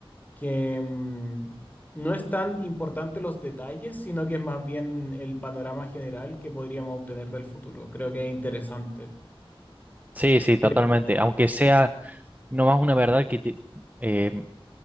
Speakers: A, on the left; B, on the right.
A: que mm, no es tan importante los detalles, sino que es más bien el panorama general que podríamos obtener del futuro. Creo que es interesante.
B: Sí, sí, totalmente.
A: Creo
B: Aunque sea...
A: que, mm,
B: no más una verdad que te- eh,